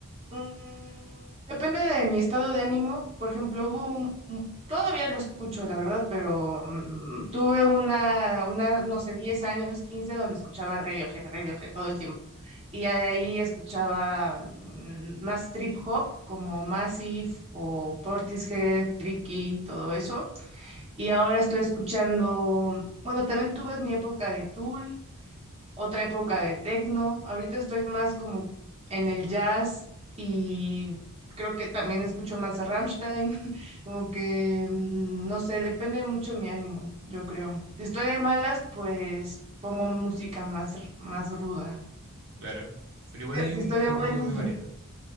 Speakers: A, on the right (about 25°); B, on the right (about 60°).
A: Mm, depende de mi estado de ánimo. Por ejemplo, hubo un, un- todavía lo escucho, la verdad, pero mm, tuve una, una, no sé, 10 años, 15 donde escuchaba Radiohead, Radiohead todo el tiempo. Y ya de ahí escuchaba mm, más trip hop, como Massive o Portishead, Tricky, todo eso. Y ahora estoy escuchando, bueno, también tuve mi época de Tool, otra época de techno. Ahorita estoy más como en el jazz y creo que también escucho más a Rammstein. <laughs> Como que, mm, no sé, depende mucho mi ánimo, yo creo. Si estoy de malas, pues pongo música más, r- más ruda.
B: Claro. Pero igual
A: <laughs>
B: hay
A: Si
B: un
A: estoy de
B: poco
A: buenas,
B: de variedad.